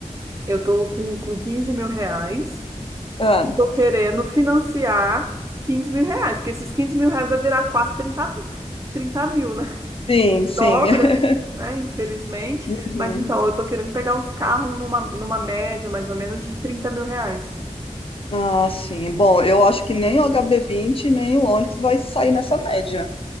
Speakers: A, on the right; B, on the left.
A: eu tô com, com 15 mil reais.
B: Ah,
A: Tô querendo financiar 15 mil reais, que esses 15 mil reais vai virar quase trinta trinta mil, né? <laughs>
B: sim,
A: Dobra,
B: sim. <laughs>
A: né? Infelizmente.
B: Uhum.
A: Mas então, eu tô querendo pegar uns carros numa, numa média, mais ou menos, de 30 mil reais.
B: Ah, sim. Bom, eu acho que nem o hb vinte nem o Onix vai sair nessa média.